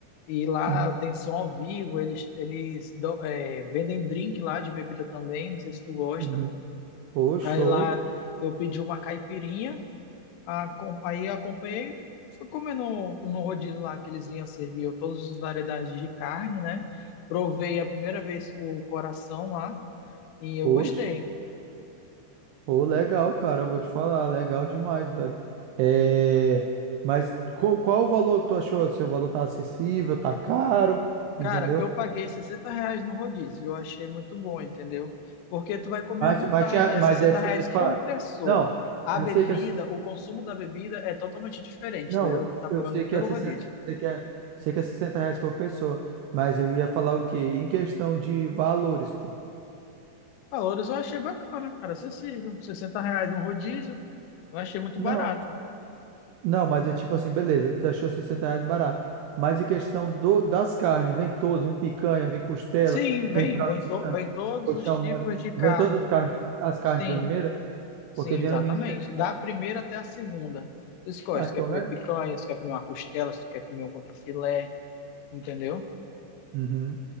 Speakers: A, on the left (about 90°); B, on the right (about 85°).
A: E lá
B: uhum.
A: tem som ao vivo, eles, eles dão- é, vendem drink lá de bebida também, não sei se tu gosta.
B: Uhum. Ô, show.
A: Aí lá eu pedi uma caipirinha, Acom- Aí eu acompanhei, fui comer no, no rodízio lá que eles vinham servir eu todas as variedades de carne, né? Provei a primeira vez o coração lá e eu
B: Poxa,
A: gostei.
B: ô, legal, cara. Eu vou te falar, legal demais, velho. É... Mas qual, qual o valor que tu achou? Assim, o valor tá acessível, tá caro,
A: Cara,
B: entendeu?
A: eu paguei 60 reais no rodízio, eu achei muito bom, entendeu? Porque tu vai comer
B: Mas,
A: à vontade,
B: mas, tinha,
A: é
B: mas
A: 60
B: é isso
A: reais
B: que eu ia te
A: por
B: falar.
A: pessoa.
B: Não,
A: A
B: eu
A: bebida,
B: sei que. as-
A: o consumo da bebida é totalmente diferente,
B: Não,
A: entendeu? Tu tá
B: eu
A: pagando
B: sei
A: pelo
B: que é sessenta
A: rodízio.
B: sei que é, sei que é 60 reais por pessoa. Mas eu ia falar o quê? Em questão de valores, pô.
A: Valores eu achei bacana, cara, acessível. 60 reais no rodízio, eu achei muito
B: Não,
A: barato.
B: não, mas é tipo assim, beleza, tu achou 60 reais barato. Mas em questão do, das carnes, vem todos, vem picanha, vem costela,
A: Sim, vem,
B: vem fraldinha,
A: vem, to, vem todos
B: colchão
A: os tipos
B: mole,
A: de carne.
B: vem todas as carnes,
A: tu-
B: as carnes
A: Sim,
B: de primeira,
A: sim,
B: porque geralmente.
A: exatamente. Da
B: Ah,
A: primeira até a segunda. Tu escolhe,
B: ah,
A: se
B: então,
A: tu quer comer
B: né?
A: picanha, se tu quer comer uma costela, se tu quer comer um contrafilé, entendeu?
B: Uhum.